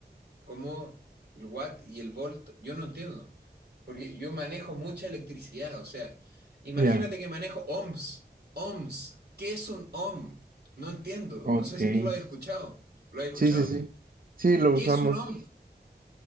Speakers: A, on the right; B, on the right.
A: como el watt y el volt, yo no entiendo. Porque yo manejo mucha electricidad. O sea, imagínate
B: ya,
A: que manejo ohms. Ohms. ¿Qué es un ohm? No entiendo.
B: Ok,
A: No sé si tú lo has escuchado.
B: sí,
A: ¿Lo has escuchado?
B: sí, sí, sí, lo
A: ¿Qué
B: usamos,
A: es un ohm?